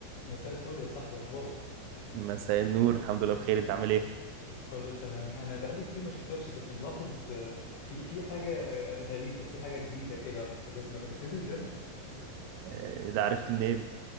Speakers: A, on the left; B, on the right.
A: مساء الفل يا صاحبي اخبارك
B: مساء النور الحمد لله بخير انت عامل ايه
A: كله تمام انا بقالي كتير ما شفتكش بس ملاحظ آه، في في حاجه آه، غريبه في حاجه جديده كده في جسمك انت بتنزل جيم
B: آه، ده عرفت منين